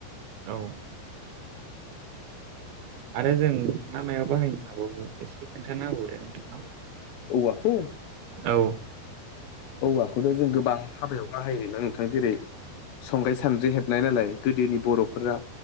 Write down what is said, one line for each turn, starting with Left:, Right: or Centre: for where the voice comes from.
Right: औ। आरो जों मा मायाव बाहायनो हाबावो एसे खोन्थाना होबावदो
Left: औवाखौ
Right: औ।
Left: औवाखौथ' जों गोबां हाबायाव बाहायो ना नोंथां जेरै संग्राय सानद्रि हेब नाय नालाय गोदोनि बर'फोरा